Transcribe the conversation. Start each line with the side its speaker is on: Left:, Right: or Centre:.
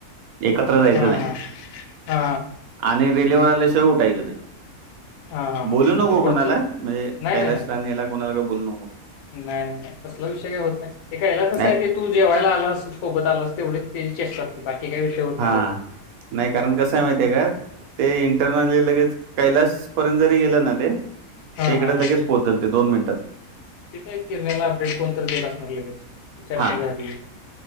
Right: एकत्र जायचं
Left: हा हा
Right: नाही
Left: हा हा
Right: आणि रिल्वर आल्याशिवाय उठायचं नाही.
Left: हा हा हा
Right: बोलू
Left: म्हणजे
Right: नको
Left: पुढचं
Right: कुणाला म्हणजे
Left: नाही
Right: कैलाशला
Left: नाही नाही
Right: न हेला कुणाला काय बोलू नको.
Left: नाही नाही नाही कसला विषय काही होत नाही ते कायलाच कसं
Right: नाही
Left: य ते तू जेवायला आलास सोबत आलास तेवढीच त्याची चेष्टा असते.. बाकी काही होत
Right: हा
Left: नाही कधी.
Right: नाही कारण कस आहे माहितीय आहे का ते इंटरर्नल्ली लगेच कैलास पर्यंत जरी गेलं ना ते
Left: हां,
Right: इकडे
Left: हां, हां.
Right: लगेच पोहोचल ते दोन मिनिटात.
Left: ते काय किरण्याला अपडेट कोणत देत असणार लगेच ही चर्चा
Right: हां,
Left: झाली.